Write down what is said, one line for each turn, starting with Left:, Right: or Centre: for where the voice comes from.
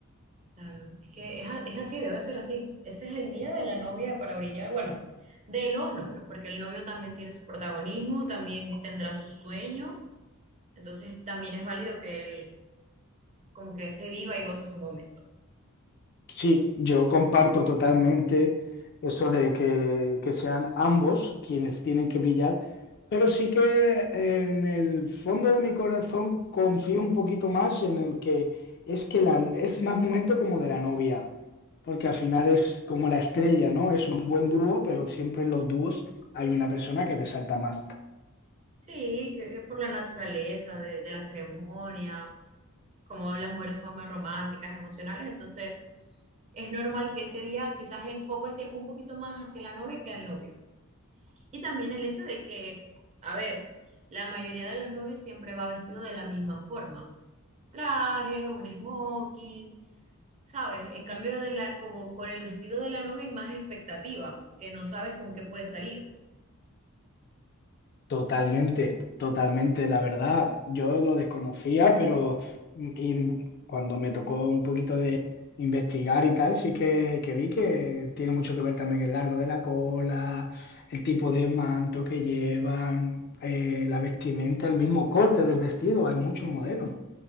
Right: Claro, es que es, a- es así, debe ser así. Ese es el día de la novia para brillar. Bueno, de los novios, porque el novio también tiene su protagonismo, también tendrá su sueño, entonces también es válido que él como que se viva y goce su momento.
Left: Sí, yo comparto totalmente eso de que, que sean ambos quienes tienen que brillar, pero sí que en el fondo de mi corazón confío un poquito más en el que es que la, es más momento como de la novia, porque al final es como la estrella, ¿no? Es un buen dúo, pero siempre en los dúos hay una persona que resalta más.
Right: Sí, que, que por la naturaleza de, de la ceremonia, como las mujeres son más románticas, emocionales, entonces es normal que ese día quizás el foco esté un poquito más hacia la novia que al novio. Y también el hecho de que, a ver, la mayoría de los novios siempre va vestido de la misma forma. Traje, un smoking, ¿sabes? En cambio de la, como con el vestido de la novia hay más expectativa, que no sabes con qué puede salir.
Left: Totalmente, totalmente, la verdad. Yo lo desconocía, pero mm, y cuando me tocó un poquito de investigar y tal, sí que, que vi que tiene mucho que ver también el largo de la cola, el tipo de manto que llevan, eh, la vestimenta, el mismo corte del vestido. Hay muchos modelos.